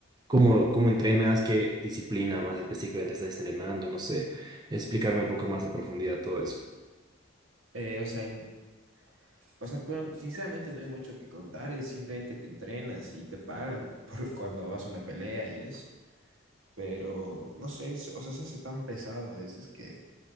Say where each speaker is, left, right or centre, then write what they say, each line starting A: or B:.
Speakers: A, on the right; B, on the right.
A: cómo, cómo entrenas, qué disciplina más específicamente estás entrenando? No sé, explicarme un poco más a profundidad todo eso.
B: Eh, o sea, en- o sea, bueno, sinceramente no hay mucho que contar, es simplemente que entrenas y te pagan <laughs> por cuando vas a una pelea y eso. Pero no sé, se- o sea, se hace tan pesado a veces que